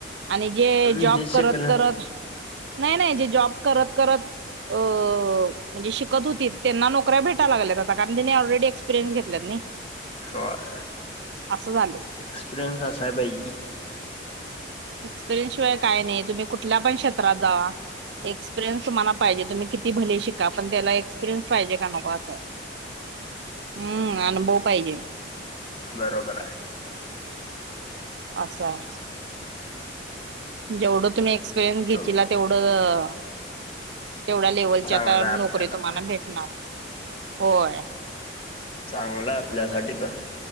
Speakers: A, on the right; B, on the left.
A: आणि जे
B: म्हणजे
A: जॉब
B: शकल
A: करत-करत, नाही-नाही जे जॉब करत-करत अ म्हणजे शिकत होतीत, त्यांना नोकऱ्या भेटा लागल्यात आता कारण त्यांनी ऑलरेडी एक्सपिरियन्स घेतल्यात नाही.
B: होय.
A: असं झालंय.
B: एक्सपिरियंस असाय पाहिजे की.
A: एक्सपिरियन्स शिवाय काय नाही. तुम्ही कुठल्या पण क्षेत्रात जावा. एक्सपिरियन्स तुम्हाना पाहिजे. तुम्ही किती भले शिका, पण त्याला एक्सपिरियनस पाहिजे का नको असंय. हम्म, अनुभव पाहिजे.
B: बरोबराय.
A: असाय. जेवढं तुम्ही एक्सपिरियन् घेचीला
B: बरोबर
A: तेवढं तेवढ्या लेवलच्या
B: आहे चांगला
A: आता
B: आहे
A: नोकरी
B: आपल्याला
A: तुम्हाना
B: पण
A: भेटणार. होय.
B: मोला आपल्यासाठी पण.